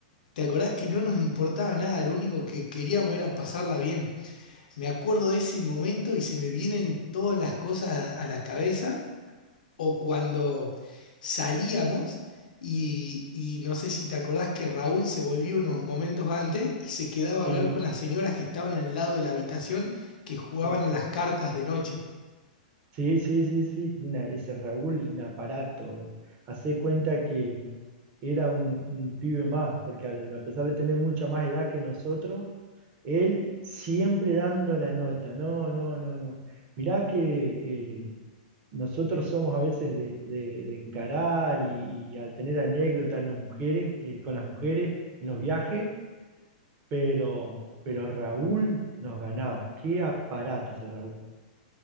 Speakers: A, on the left (about 75°); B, on the right (about 35°).
A: te acordás que no nos importaba nada, lo único que queríamos era pasarla bien. Me acuerdo de ese momento y se me vienen todas las cosas a la cabeza o cuando salíamos y, y no sé si te acordás que Raúl se volvió unos momentos antes y se quedaba
B: Sí,
A: a hablar con las señoras que estaban al lado de la habitación que jugaban
B: fue
A: a las cartas de noche.
B: Sí, sí, sí, sí, una, ese Raúl, un aparato. bro. Hacé cuenta que era un, un pibe más, porque al- a pesar de tener mucha más edad que nosotros, él siempre dando la nota. No, no, no, no. Mirá que eh, nosotros somos a veces de, de- de encarar y, y al tener anécdotas en las mujeres, eh, con las mujeres en los viajes, pero, pero Raúl nos ganaba. Qué aparato ese Raúl.